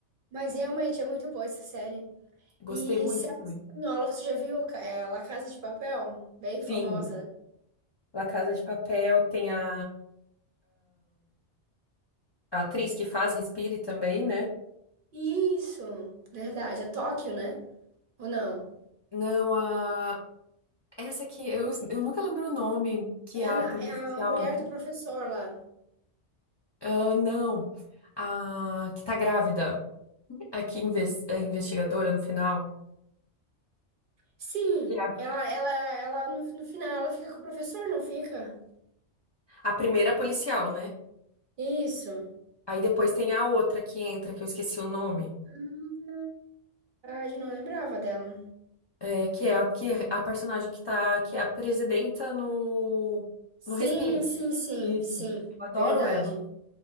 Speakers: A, on the right; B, on the left.
A: Mas realmente é muito boa essa série.
B: Gostei
A: E
B: muito
A: série
B: também.
A: espanhola, você já viu ca- é, La Casa de Papel? Bem famosa,
B: Sim.
A: né?
B: La Casa de Papel, tem a, a atriz que faz Respire também, né?
A: Isso, verdade. É Tóquio, né? Ou não?
B: Não, a. Essa aqui, eu, eu nunca lembro o nome, que
A: É
B: é
A: a,
B: a
A: Na-
B: policial.
A: é a mulher do professor lá.
B: ah não, a que tá grávida, a que inves- é investigadora no final,
A: Sim,
B: que é a,
A: ela, ela, ela no, no final ela fica com o professor, não fica?
B: a primeira policial, né?
A: Isso.
B: Aí depois tem a outra que entra, que eu esqueci o nome,
A: Hum, Verdade, não lembrava dela.
B: é, que é a, que, é a personagem que tá, que é a presidenta no,
A: Sim,
B: no Respire.
A: sim, sim,
B: Isso.
A: sim.
B: Eu adoro
A: Verdade.
B: ela.